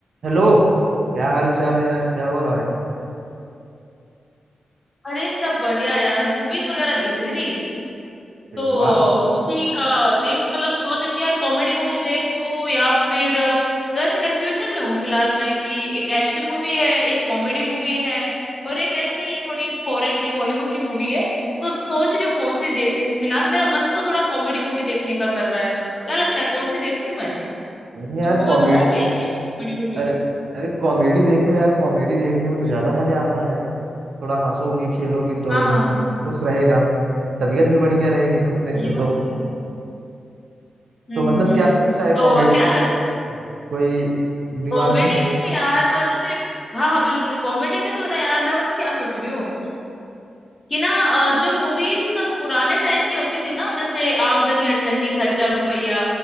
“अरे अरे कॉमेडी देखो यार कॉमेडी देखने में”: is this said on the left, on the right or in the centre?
Right